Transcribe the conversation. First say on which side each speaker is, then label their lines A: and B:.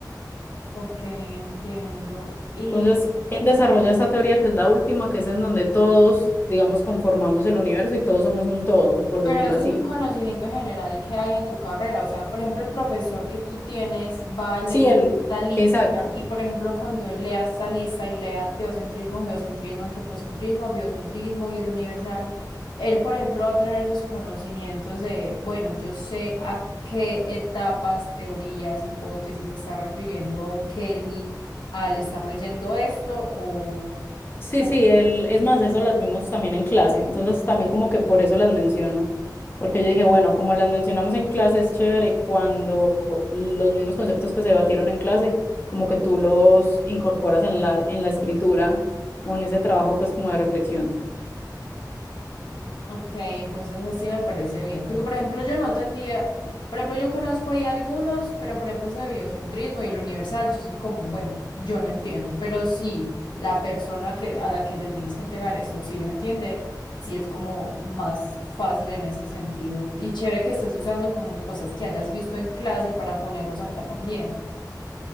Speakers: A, on the left; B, on the left.
A: Ok, entiendo. Y.
B: Entonces, él desarrolla esta teoría que es la última, que es en donde todos, digamos, conformamos el universo y todos somos un todo, por decirlo
A: Pero eso
B: así.
A: es un conocimiento general que hay en tu carrera. O sea, por ejemplo, el profesor que tú tienes va a leer
B: Sí, él,
A: esta lista
B: exacto.
A: y, por ejemplo, cuando él lea esta lista y lea teocentrismo, geocentrismo, antropocentrismo, biocentrismo y el universal, él, por ejemplo, va a tener esos conocimientos de, bueno, yo sé a qué etapas, teorías, hipótesis se está refiriendo Kelly al estar leyendo esto o...
B: Sí,
A: o
B: sí,
A: qué.
B: él, es más, eso las vimos también en clase, entonces también como que por eso las menciono, porque yo dije, bueno, como las mencionamos en clase, es chévere cuando los mismos conceptos que se debatieron en clase, como que tú los incorporas en la, en la escritura o en ese trabajo, pues como de reflexión.
A: Ok, entonces así me parece bien. Porque, por ejemplo, yo no tendría, por ejemplo, yo conozco ahí algunos, pero por ejemplo, ese de biocentrismo y el universal, yo soy como, bueno, yo no entiendo, pero sí, la persona que, a la que le tienes que entregar eso, sí lo entiende, sí es como más fácil en ese sentido. Y chévere que estés usando como cosas que hayas visto en clase para ponerlos acá también.